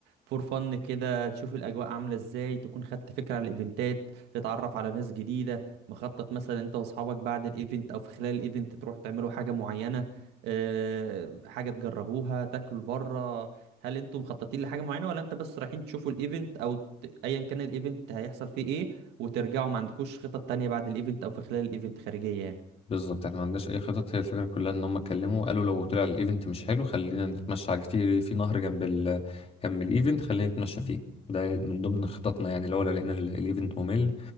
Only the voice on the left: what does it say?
بالظبط احنا ما عندناش اي خطط هي الفكره كلها ان هم اتكلموا قالوا لو طلع الايفنت مش حلو خلينا نتمشى على في في نهر جنب ال جنب الايفنت خلينا نتمشى فيه ده من ضمن خططنا يعني لو لو لقينا ال- الايفنت ممل